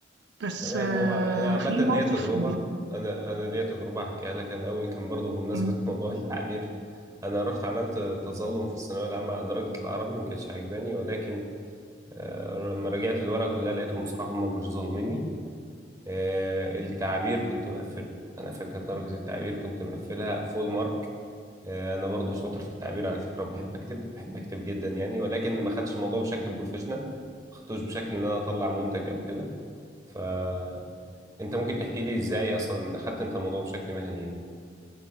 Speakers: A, on the right; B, on the right.
A: بس
B: تمام
A: آه
B: هو انا عامه
A: في
B: ليا
A: موقف
B: تجربه
A: بت-
B: انا انا ليا تجربه هحكيها لك انا الاول كان برضو بمناسبه
A: م-
B: <laughs> موضوع التعبير انا رحت عملت تظلم في الثانويه العامه على درجه العربي ما كانتش عاجباني ولكن آه، لما رجعت الورقه كلها لقيتهم بصراحه هم مش ظالميني آه، التعبير كنت مقفله انا فاكر درجه التعبير كنت مقفلها فول مارك آه، انا برضو شاطر في التعبير على فكره وبحب اكتب بحب اكتب جدا يعني ولكن ما خدتش الموضوع بشكل بروفيشنال ما خدتوش بشكل ان انا اطلع منتج او كده فانت ممكن تحكي لي ازاي اصلا خدت انت الموضوع بشكل مهني يعني